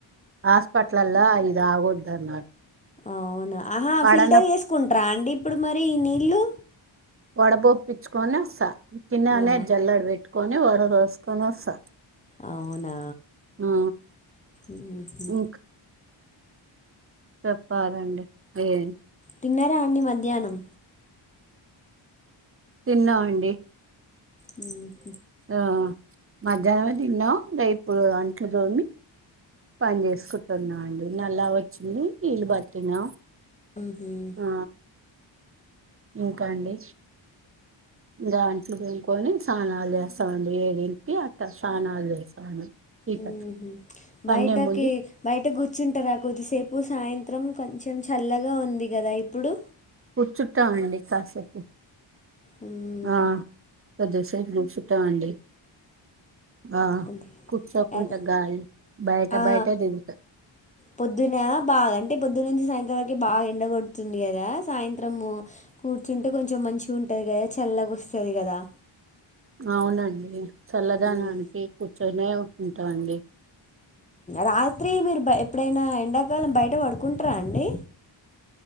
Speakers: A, on the right (about 30°); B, on the left (about 15°).
A: హాస్పెటల్లల్ల అది తాగొద్దన్నారు
B: అవునా ఆహా
A: పడన
B: ఫిల్టర్ చేసుకుంటరా అండి ఇప్పుడు మరి ఈనీళ్ళు
A: వడబొప్పిచ్చుకోని వస్తా కిన్నానే
B: ఆ!
A: జల్లెడ పెట్టుకొని వాడరోసుకొని వస్తా
B: అవునా
A: ఆ
B: ఊహూ
A: ఇంక చెప్పాలండి ఏం
B: తిన్నార అండి మధ్యాహ్నం
A: తిన్నావండి
B: ఉ
A: ఆ మధ్యాహ్నం తిన్నాం ఆ ఇపుడు అంట్లు తోమి పని చేసుకుంటున్నా అండి నల్లా వచ్చింది నీళ్ళు పట్టినా
B: ఉ
A: ఆ ఇంకా అండి దాంటిదేనుకోని స్నానాలు చేస్తామండి ఏడింటి అట్ట స్నానాలు చేస్తామండి చీకట్లో
B: ఉహు
A: పనే
B: బయటకి
A: ముందు
B: బయట గు కూర్చుంటారా కొద్దిసేపు సాయంత్రం కొంచెం చల్లగా ఉంది కదా ఇప్పుడు
A: కూర్చుంటామండి కాసేపు
B: మ్మ్
A: ఆ కొద్దిసేపు గ్రూప్ చుట్టామండి ఆ
B: అదే
A: కూర్చోకుంటే
B: అదే
A: గాలి బయట
B: ఆ ఆ
A: బయటే దింత్
B: పొద్దున బాగాంటే పొద్దు నుంచి సాయం వరకు బాగా ఎండ కొడుతుంది కదా సాయంత్రము కూర్చుంటే కొంచెం మంచిగా ఉంటంది కదా చల్ల వస్తది కదా
A: అవునండి చల్లదనానికి
B: మ్మ్
A: కూర్చొనే ఉంటాండి
B: రాత్రి మీరు ఎప్పుడైనా ఎండాకాలం బయట పడుకుంటారా అండి